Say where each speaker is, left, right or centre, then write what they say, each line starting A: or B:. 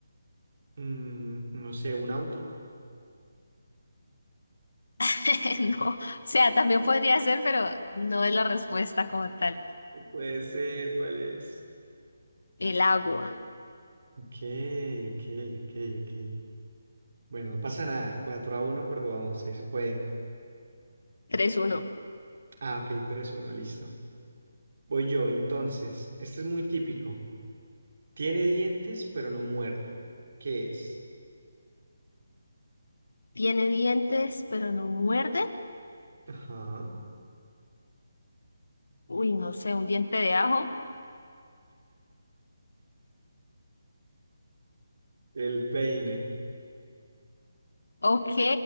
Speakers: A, on the right (about 55°); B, on the left (about 85°).
A: Mm, no sé, ¿un auto?
B: <laughs> No. O sea, también podría ser, pero no es la respuesta como tal.
A: No puede ser, ¿cuál es?
B: El agua.
A: Ok, ok, ok, ok. Bueno, no pasa nada, Cuatro a uno, pero vamos, ahí se puede.
B: tres uno
A: Ah, ok, 3 a 1, listo. Voy yo, entonces, este es muy típico. Tiene dientes, pero no muerde. ¿Qué es?
B: Tiene dientes, pero no muerde.
A: Ajá.
B: Uy, no sé, un diente de ajo.
A: El peine.
B: Ok. <laughs>